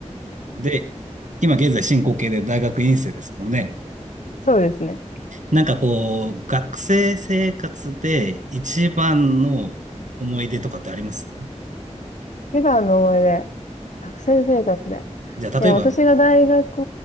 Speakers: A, on the right; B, on the left.
A: で、今現在進行形で大学院生ですもんね。
B: そうですね。
A: なんかこう、学生生活で一番の思い出とかってあります
B: 一番の思い出、学生生活で。
A: じゃあ、例えば、
B: いや、私が大学
A: はい